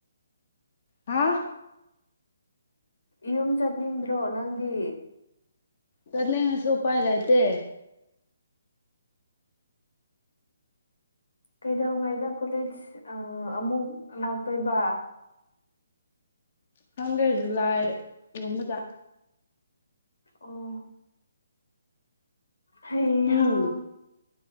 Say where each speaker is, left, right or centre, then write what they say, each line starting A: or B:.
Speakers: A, on the left; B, on the left.
A: ꯑ
B: ꯌꯨꯝ ꯆꯠꯅꯤꯡꯗ꯭ꯔꯣ ꯅꯪꯗꯤ
A: ꯆꯠꯅꯤꯡꯉꯁꯨ ꯎꯄꯥꯏ ꯂꯩꯥꯇꯦ
B: ꯀꯩꯗꯧꯉꯩꯗ ꯀꯣꯂꯦꯖ ꯑꯃꯨꯛ ꯂꯥꯛꯇꯣꯏꯕ
A: ꯈꯪꯗ꯭ꯔꯦ ꯖꯨꯂꯥꯏꯒꯨꯝꯕꯗ
B: ꯑꯣ ꯍꯩ
A: ꯎꯝ
B: ꯍꯥ